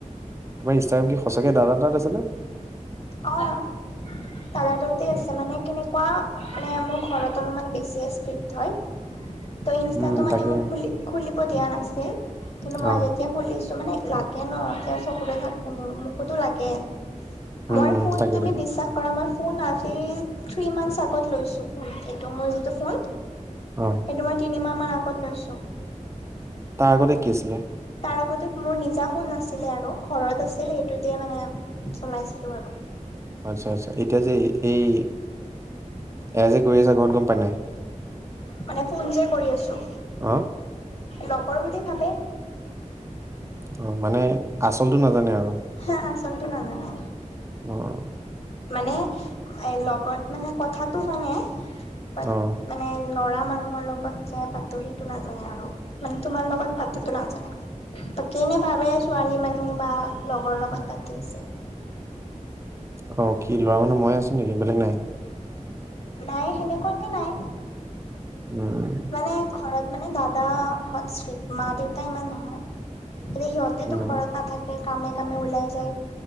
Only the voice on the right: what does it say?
তোমাৰ ইনষ্টাগ্ৰাম কি সঁচাকে দাদাৰ তাত আছে নে?
উম
তাকে
অ
উম
উম
তাকে
তাকে
হয়।
তাৰ আগতে কি আছিলে?
আচ্ছা-আচ্ছা এতিয়া যে এই এ যে এ কৰি আছা ঘৰত গম পাই নাই
অ',
অ, মানে আচলটো নাজানে আৰু।
উম,
অ
অ, কি ল'ৰা মানুহ মই আছো নেকি বেলেগ নাই?
উম,
উম